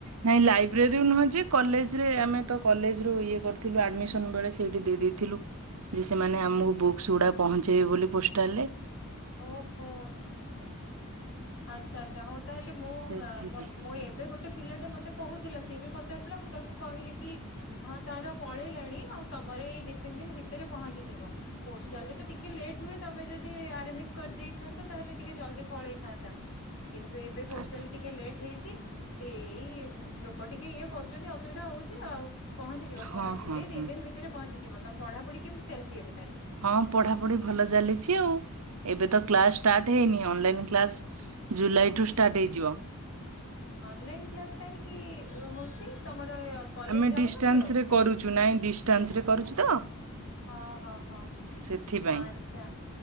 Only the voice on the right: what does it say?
ନାଇଁ ଲାଇବ୍ରେରୀ ନୁହେଁ ଯେ କଲେଜରେ ଆମେ ତ କଲେଜରୁ ଇଏ କରିଥିଲୁ ଆଡମିସନ ବେଳେ ସେଇଠି ଦେଇ ଦେଇଥିଲୁ। ଯେ ସେମାନେ ଆମକୁ ବୁକ୍ସଗୁଡ଼ାକ ପହଞ୍ଚାଇବେ ବୋଲି ପୋଷ୍ଟାଲ୍ ରେ।
ସେଥିପାଇଁ
ଆଚ୍ଛା ଆଚ୍ଛା
ହଁ
ହଁ
ହଁ
ହଁ ପଢ଼ାପଢ଼ି ଭଲ ଚାଲିଛି ଆଉ, ଏବେ ତ କ୍ଲାସ ଷ୍ଟାର୍ଟ ହେଇନି ଅନଲାଇନ କ୍ଲାସ୍ ଜୁଲାଇଠୁ ଷ୍ଟାର୍ଟ ହେଇଯିବ।
ଆମେ
ଡିଷ୍ଟାନ୍ସରେ
କରୁଛୁ ନାଇଁ ଡିଷ୍ଟାନ୍ସରେ କରୁଚୁ ତ।
ସେଥିପାଇଁ।